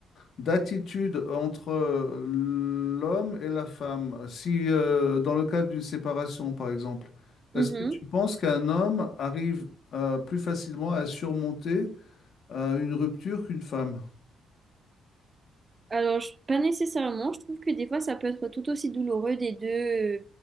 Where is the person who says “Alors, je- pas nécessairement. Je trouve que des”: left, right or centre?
Right